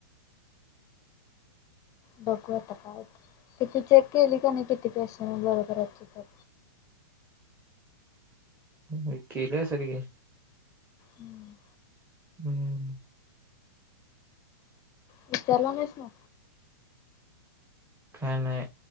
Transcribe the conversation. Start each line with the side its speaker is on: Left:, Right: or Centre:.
Left: बघू आता, काय होत, किती चेक केली का नही, किती क्वेशन बरोबर येत, चुक य?
Right: नहीं, केलेया सगळी.
Left: हम्म.
Right: हम्म.
Left: विचारला नाहीस ना?
Right: काय नाही,